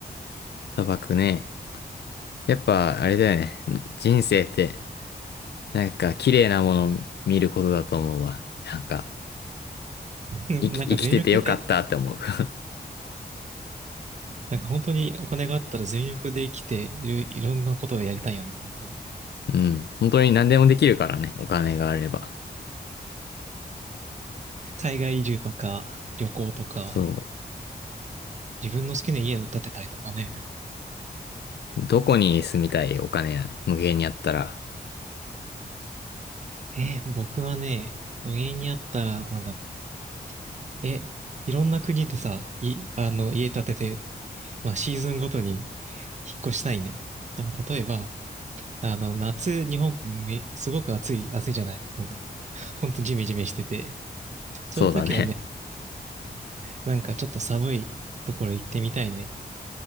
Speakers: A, on the left; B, on the right.
A: 砂漠ね。やっぱあれだよね。人生ってなんか綺麗なものを見ることだと思うわ。なんか
B: うん、
A: 生き、
B: なんか全力で、
A: 生きててよかったって思う。<laughs>
B: なんか本当にお金があったら全力で生きている、いろんなことをやりたいよね、本当に。
A: うん。本当に何でもできるからね。お金があれば。
B: 海外移住とか、旅行とか、
A: そ
B: 自分の好きな家を建てたりとかね。
A: う。どこに住みたいお金無限にあったら。
B: えー僕はね、無限にあったら、なんだろう。え、いろんな国でさ、い、あの、家建てて、まあ、シーズンごとに引っ越したいね。まあ、例えば、あの、夏、日本ってめ、すごく暑い、暑いじゃない。なんか、ほんとジメジメしてて。そういう時はね、
A: そうだね。
B: なんかちょっと寒いところ行ってみたいね。